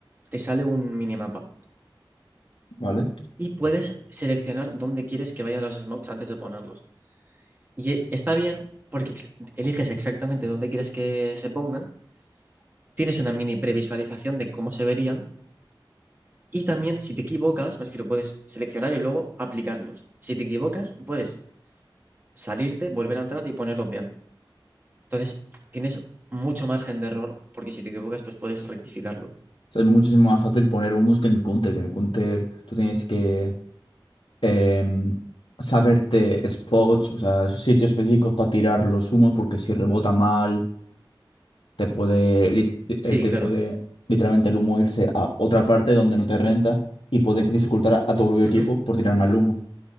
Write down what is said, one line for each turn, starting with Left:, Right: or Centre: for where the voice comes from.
Right: te sale un minimapa.
Left: vale.
Right: y puedes seleccionar dónde quieres que vayan los smokes antes de ponerlos. Y eh, está bien porque ex- eliges exactamente dónde quieres que se pongan, tienes una mini previsualización de cómo se verían y también si te equivocas, me refiero, puedes seleccionar y luego aplicarlos. Si te equivocas, puedes salirte, volver a entrar y ponerlos bien. Entonces, tienes mucho margen de error porque si te equivocas, pues puedes rectificarlo.
Left: O sea, es muchísimo más fácil poner humos que en el counter, que en el counter tú tienes que em, saberte spots, o sea, sitios específicos para tirar los humos, porque si rebota mal. te puede, lit- eh,
Right: Sí,
Left: te
Right: claro.
Left: puede literalmente el humo irse a otra parte donde no te renta y puede dificultar a, a tu propio equipo
Right: <clears throat>
Left: por tirar más humo.